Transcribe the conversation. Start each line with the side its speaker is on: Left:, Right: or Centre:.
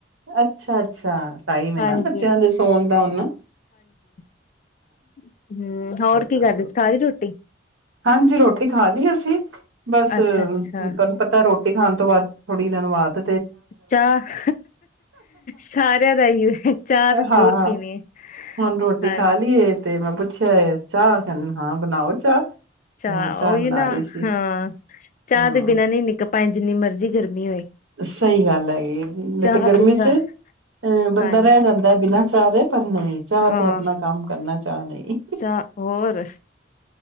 Right: ਅੱਛਾ-ਅੱਛਾ, ਕਾਈਵੇ
Left: ਹਾਂਜੀ
Right: ਨਾ ਬੱਚਿਆਂ ਦੇ ਸੌਣ ਦਾ ਉਹਨਾਂ
Left: ਹੂੰ, ਹੋਰ ਕੀ
Right: ਦੱਸੋ,
Left: ਕਰਦੀ ਖਾਲੀ ਦੀ ਰੋਟੀ,
Right: ਹਾਂਜੀ ਰੋਟੀ ਖਾ ਲਈ ਅਸੀਂ ਬਸ ਤੁਹਾਨੂੰ
Left: ਅੱਛਾ ਅੱਛਾ
Right: ਪਤਾ ਰੋਟੀ- ਖਾਣ ਤੋਂ ਬਾਅਦ ਥੋੜੀ ਦਿਨ ਵਾਦ
Left: ਚਾਹ ਸਾਰਿਆਂ ਦਾ ਹੀਓ ਹੈ ਚਾਹ ਤਾਂ ਜ਼ਰੂਰ
Right: ਹਾਂ
Left: ਪੀਣੇ ਆ
Right: ਹੁਣ ਰੋਟੀ
Left: ਹਾਂ।
Right: ਖਾ ਲਈਏ ਤੇ ਮੈਂ ਪੁੱਛਿਆ। ਚਾਹ ਕਹਿੰਦੇ ਨੇ ਹਾਂ ਬਣਾਓ ਚਾਹ,
Left: ਚਾਹ
Right: ਫਿਰ ਮੈਂ
Left: ਉਹੀ
Right: ਬਣਾ
Left: ਨਾ
Right: ਰਹੀ ਸੀ
Left: ਹਾਂ ਚਾਹ
Right: ਹਮ
Left: ਦੇ ਬਿਨਾਂ ਨਹੀਂ ਨਿਕਲ ਪਾਏ ਜਿੰਨੀ ਮਰਜ਼ੀ ਗਰਮੀ, ਹੋਏ,
Right: ਸਹੀ ਗੱਲ ਹੈਗੀ ਐ ਨਹੀਂ
Left: ਚਾਹ
Right: ਤੇ ਗਰਮੀ
Left: ਚਾਹ
Right: ਚ ਅਹ ਬੰਦਾ
Left: ਹਾਂਜੀ
Right: ਰਹਿ ਜਾਂਦਾ ਬਿਨਾਂ- ਚਾਹ ਪਰ ਨਹੀਂ ਚਾਹ
Left: ਹਾਂ
Right: ਤੇ ਆਪਣਾ ਕੰਮ ਕਰਨਾ ਚਾਹ ਨਹੀਂ,
Left: ਅੱਛਾ ਹੋਰ